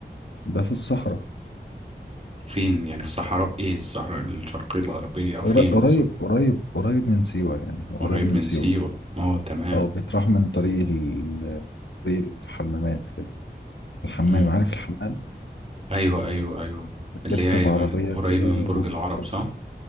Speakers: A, on the left; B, on the right.
A: ده في الصحراء
B: فين يعني في صحراء ايه الصحراء الشرقية الغربية أو
A: قر-
B: فين
A: قريب
B: بالظبط
A: قريب قريب من سيوة يعني هو قريب
B: قريب
A: من
B: من
A: سيوة
B: سيوة اه تمام
A: اه بيتراح من طريق ال... طريق الحمامات كده الحمام
B: مم.
A: عارف الحمام
B: أيوة أيوة أيوة اللي
A: بتركب
B: هي
A: عربية
B: من- قريب
A: كده
B: من برج
A: وتفضل
B: العرب صح؟